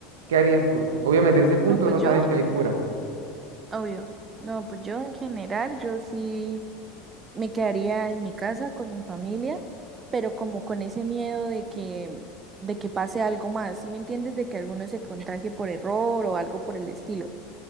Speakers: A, on the right; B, on the right.
A: ¿Qué harías tú? Obviamente en ese punto
B: No, pues
A: no saben
B: yo,
A: que hay cura.
B: obvio. No, pues yo en general, yo sí me quedaría en mi casa con mi familia, pero como con ese miedo de que, de que pase algo más, ¿sí me entiendes? De que alguno se contagie por error o algo por el estilo.